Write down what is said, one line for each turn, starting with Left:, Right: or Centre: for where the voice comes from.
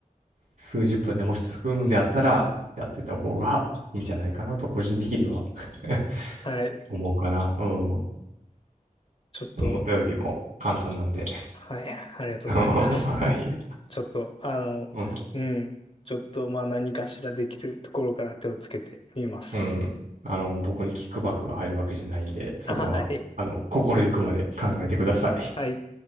Right: 数十分でもし進むんであったら、やってた方がいいんじゃないかなと、個人的には <laughs>
Left: はい。
Right: 思うかな。うん。
Left: ちょっと、
Right: 思ったよりも簡単なんで。
Left: はい。ありがとうございます。
Right: <laughs> はい。
Left: ちょっと、あの、
Right: <laughs> うん。
Left: うん。ちょっと、まあ、何かしらできるところから手をつけてみます。
Right: うん。あの、僕にキックバックが入るわけじゃないんで、そこは、
Left: はい。
Right: あの、心ゆくまで考えてください。
Left: はい。